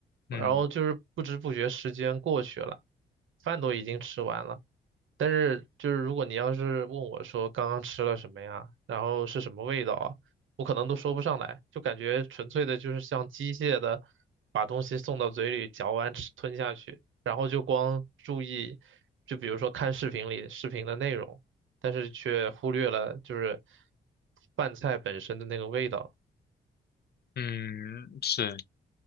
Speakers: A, on the left; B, on the right.
A: 嗯
B: 然后就是不知不觉时间过去了，饭都已经吃完了。但是就是如果你要是问我说刚刚吃了什么呀，然后是什么味道啊，我可能都说不上来，就感觉纯粹的就是像机械的把东西送到嘴里嚼完吃吞下去，就光注意，就比如说看视频里视频的内容，但是却忽略了就是饭菜本身的那个味道。
A: 嗯，是，